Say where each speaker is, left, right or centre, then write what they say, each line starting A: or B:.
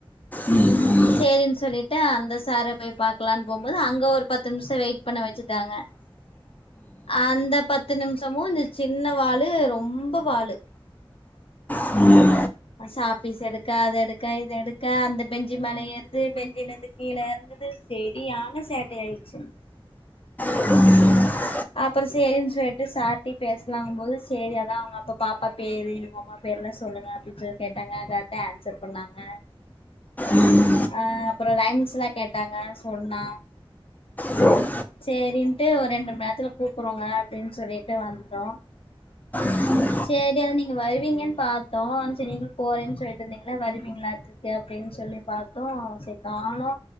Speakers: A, on the left; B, on the left.
A: உம்
B: சேரின்னு சொல்லிட்டு அந்த சார போய் பாக்கலான்னு போகம்போது அங்க ஒரு பத்து நிமிஷோ வெயிட் பண்ண வச்சுட்டாங்க அந்த பத்து நிமிஷமு இந்த சின்ன வாலு ரொம்ப வாலு
A: ம்
B: சாக்ப்பீஸு எடுக்க அது எடுக்க இது எடுக்க அந்த பெஞ்சி மேல ஏறது பெஞ்சில இருந்து கீழ இற சரியான சேட்ட ஆயிடுச்சு
A: உம்
B: அப்புறோ சேரின்னு சொல்லிட்டு சார்ட்ட பேசலாங்கும் போது சேரி அதா அவங்க அப்ப பாப்பா பேரு பேர்ல்லா சொல்லுங்க அப்டி சொல்லி கேட்டாங்க எல்லாத்துக்கு ஆன்சர் பண்ணாங்க
A: ம்
B: ஆ அப்புறோ ரைம்ஸ்ல்லா கேட்டாங்க சொன்னா
A: ஹம்
B: சேரின்னுட்டு ஒரு ரெண்டு மண் நேரத்துல கூப்பறோங்க அப்டின்னு சொல்லிட்டு வந்துட்டோ
A: ம்
B: சரி அதா நீங்க வருவீங்கன்னு பாத்தோ சரி நீ போறேன்னு சொல்லிட்டு இருந்தீங்களே வருவீங்களாட்ருக்கு அப்டின்னு சொல்லி பாத்தோ சரி கானோ